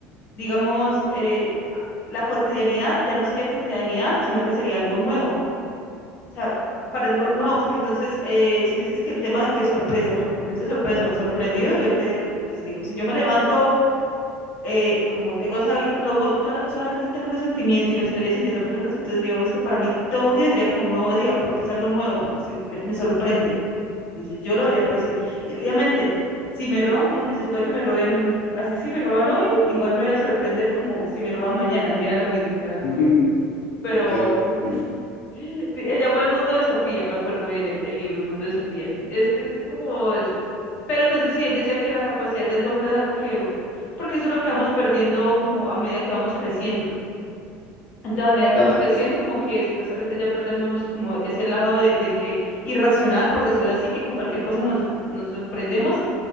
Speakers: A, on the left; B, on the left.
A: digamos, eh, la cotidianidad ya no sería cotidianidad, sino que sería algo nuevo. O sea, para no, no, porque entonces, eh, si me dices que el tema de que es sorpresa, porque cuando dices sorpresa o sorprendido, yo quedé, co- pues, digamos, si yo me levanto, eh, como tengo esa, habil- tengo, tola- solamente tengo ese sentimiento y lo estaría sintiendo por horas, entonces digamos que para mí todo un día sería como un nuevo día, porque es algo nuevo, porque estoy- me, me sorprende. Entonces, yo lo daría por así. Y obviamente, si me roban, como tú dices, puede que me roben, mm, así si me roban hoy, igual me voy a sorprender como si me roban mañana, sería lo mismo, será alguno.
B: <laughs>
A: Pero
B: Claro que
A: <laughs>
B: sí.
A: sí, se llamó El Mundo de Sofía, me acuerdo bien el, el libro, El Mundo de Sofía. Es, es como eso. Pero entonces sí, él decía que la capacidad de asombro es algo que, porque eso es lo que vamos perdiendo como a medida que vamos creciendo. Entonces, a medida que
B: Claro
A: vamos creciendo,
B: que sí.
A: como que supuestamente ya perdemos como ese lado de, de que irracional, por decirlo así, que con cualquier cosa nos, nos sorprendemos